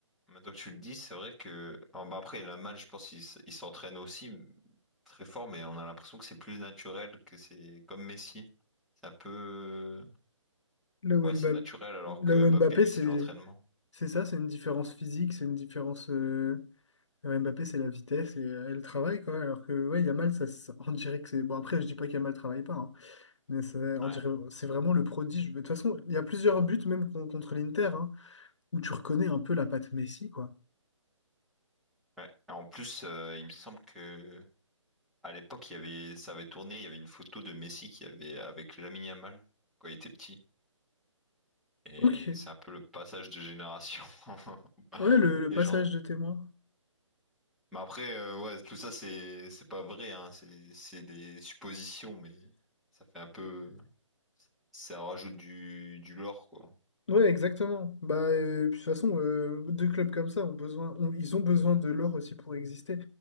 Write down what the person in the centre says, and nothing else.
maintenant que tu le dis, c'est vrai que. alors, bah, après, Yamal, je pense qu'il s- il s'entraîne aussi très fort, mais on a l'impression que c'est plus naturel, que c'est comme Messi. C'est un peu.
Ouais,
c'est naturel, alors
que
Mbappé,
lui,
c'est l'entraînement.
Ouais.
Ouais. Et en plus, euh, il me semble que. À l'époque, il y avait, ça avait tourné, il y avait une photo de Messi qui avait avec Lamine Yamal quand il était petit. Et
c'est un peu le passage de génération. <laughs>
Les
gens.
Mais après, euh, ouais, tout ça, c'est c'est pas vrai, hein. C'est c'est des suppositions, mais ça fait un peu. Ça rajoute du, du lore, quoi.